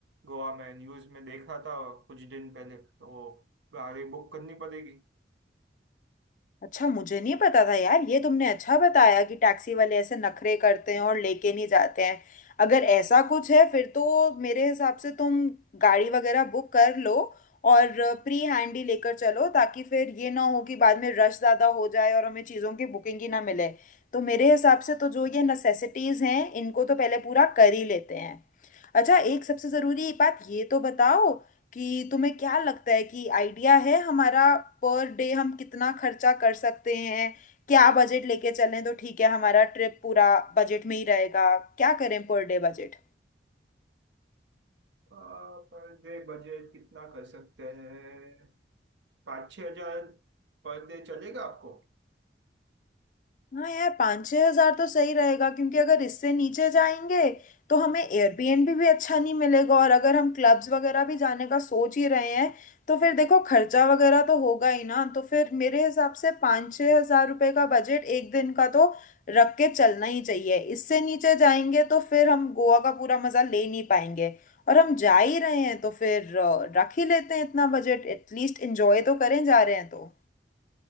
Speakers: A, on the right (about 80°); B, on the left (about 45°).
A: गोवा में न्यूज़ में देखा था कुछ दिन पहले तो गाड़ी बुक करनी पड़ेगी
B: अच्छा मुझे नहीं पता था यार ये तुमने अच्छा बताया कि टैक्सी वाले ऐसे नखरे करते हैं और लेके नहीं जाते हैं अगर ऐसा कुछ है फिर तो मेरे हिसाब से तुम गाड़ी वगैरह बुक कर लो और प्री हैंड ही लेकर चलो ताकि फिर ये ना हो कि बाद में रश ज़्यादा हो जाए और हमें चीज़ों की बुकिंग ही ना मिले तो मेरे हिसाब से तो जो ये नेसेसिटीज़ हैं इनको तो पहले पूरा कर ही लेते हैं अच्छा एक सबसे ज़रूरी बात ये तो बताओ कि तुम्हें क्या लगता है कि आइडिया है हमारा पर डे हम कितना खर्चा कर सकते हैं क्या बजट लेके चलें तो ठीक है हमारा ट्रिप पूरा बजट में ही रहेगा क्या करें पर डे बजट
A: पर डे बजट कितना कर सकते हैं पाँच छः हजार पर डे चलेगा आपको
B: हाँ यार पाँच छः हजार तो सही रहेगा क्योंकि अगर इससे नीचे जाएंगे तो हमें एयरबीएनबी भी अच्छा नहीं मिलेगा और अगर हम क्लब्स वगैरह भी जाने का सोच ही रहे हैं तो फिर देखो खर्चा वगैरह तो होगा ही ना तो फिर मेरे हिसाब से पाँच छः हजार रुपये का बजट एक दिन का तो रख के चलना ही चाहिए इससे नीचे जाएंगे तो फिर हम गोवा का पूरा मज़ा ले नहीं पाएंगे और हम जा ही रहे हैं तो फिर अ, रख ही लेते हैं इतना बजट एटलीस्ट एंजॉय तो करें जा रहे हैं तो